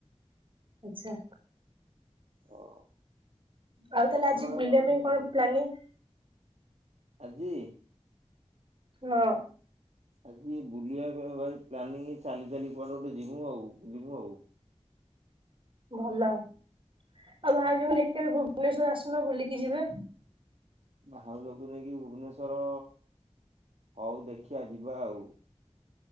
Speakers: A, on the right; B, on the right.
A: ଆଛା।
B: ହଁ
A: ଆଉ
B: ମଟନ
A: ତାହେଲେ ଆଜି
B: ଆଇଲା
A: ବୁଲିବା
B: ମାନେ
A: ପାଇଁ
B: ମୁଁ
A: କଣ
B: କରିବି।
A: ପ୍ଲାନିଂ?
B: ଆଜି?
A: ହଁ।
B: ଆଜି ବୁଲିବା ପାଇଁ ଭଏ ପ୍ଲାନିଂ ଚାଲି ଚାଲି କୁଆଡେ ଗୋଟେ ଯିମୁ ଆଉ ବୁଲିବୁ ଆଉ।
A: ଭଲ ଆଉ ଭାଉଜଙ୍କୁ ନେଇକି କେବେ ଭୁବନେଶ୍ୱର ଆସୁନ ବୁଲିକି ଯିବେ।
B: ଭାଉଜକୁ ନେଇକି ଭୁବନେଶ୍ଵର ହଉ ଦେଖିଆ ଯିବା ଆଉ।